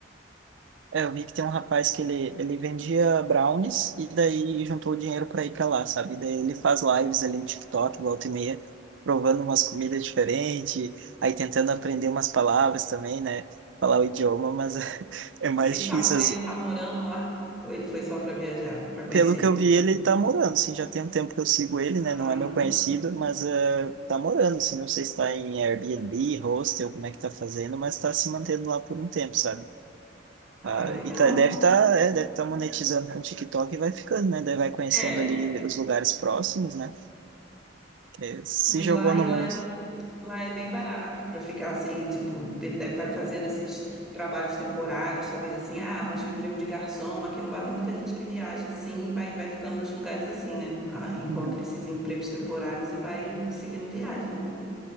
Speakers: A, on the right; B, in the centre.
A: É, eu vi que tem um rapaz que ele, ele vendia brownies e daí juntou o dinheiro para ir para lá, sabe? E daí ele faz lives ali no TikTok, volta e meia, provando umas comidas diferentes, aí tentando aprender umas palavras também, né? Falar o idioma, mas <laughs> é mais
B: E ele
A: difícil.
B: tá, mo- ele tá morando lá? Ou ele foi só para viajar, para conhecer?
A: Pelo que eu vi, ele tá morando, assim, já tem um tempo que eu sigo ele,
B: Ah,
A: né? Não é meu conhecido, mas eh, tá morando, assim, não sei se tá em Airbnb, hostel, como é que tá fazendo, mas tá se mantendo lá por um tempo, sabe?
B: ah,
A: Ah,
B: legal.
A: e tá, deve tá, é, deve tá monetizando com o TikTok e vai ficando, né? Daí vai conhecendo
B: É,
A: ali os lugares próximos, né? Que é, se
B: e
A: jogou
B: lá,
A: no
B: e lá
A: mundo.
B: Lá é bem barato para ficar assim, tipo, ele deve estar fazendo esses trabalhos temporários, talvez assim, ah, arranja um emprego de garçom. Aqui no Bar tem muita gente que viaja assim e vai, vai ficando nos lugares assim, né? Ah, encontra
A: Uhum.
B: esses empregos temporários e vai seguindo viagem.